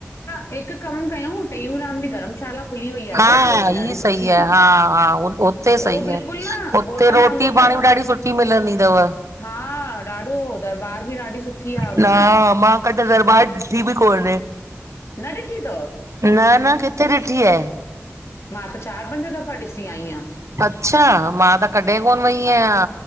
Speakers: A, on the left; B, on the right.
A: त हिकु कम कयउं टेऊूंराम जी धर्मशाला खुली वई आहे
B: हा
A: जयपुर में ॾाढी
B: ई सही
A: सुठी
B: आहे हा हा उते
A: उहो
B: सही
A: बिल्कुलु
B: आ‌
A: न
B: उते
A: होटल
B: रोटी
A: वांगुरु अथव
B: पाणी बि ॾाढी सुठ ठी मिलंदी तव।
A: हा ॾाढो दरबार बि ॾाढी सुठी आ हुनजी।
B: न <unintelligible> दरबार ॾिठी बि कोन्हे।
A: न ॾिठी तव?
B: न न किथे ॾिठी आए।
A: मां त चार पंज दफ़ा ॾिसी आई आं।
B: अच्छा मां त कॾह कोन वई आहियां।